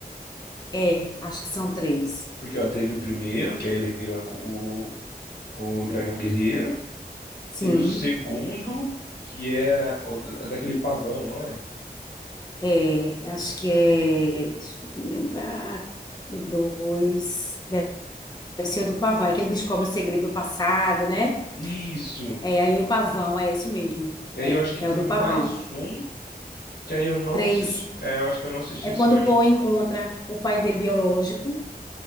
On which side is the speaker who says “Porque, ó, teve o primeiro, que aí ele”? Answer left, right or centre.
Left